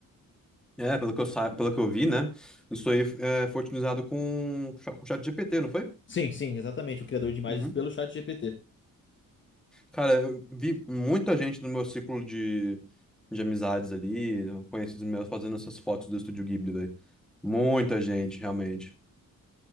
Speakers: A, in the centre; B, on the left.
A: É, pelo que eu sa... pelo que eu vi, né? Isso aí é, foi utilizado com cha- com o chat GPT, não foi?
B: Sim, sim, exatamente, o criador de imagens
A: Uhum.
B: pelo chat GPT.
A: Cara, eu vi muita gente no meu ciclo de, de amizades ali, conhecidos meus fazendo essas fotos do Estúdio Ghibli, velho. Muita gente, realmente.